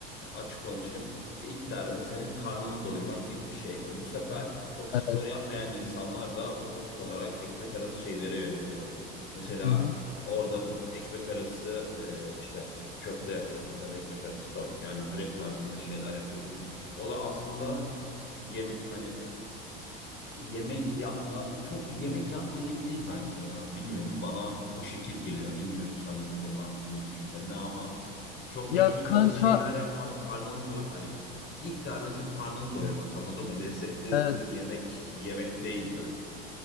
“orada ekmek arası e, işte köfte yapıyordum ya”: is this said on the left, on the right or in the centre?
Left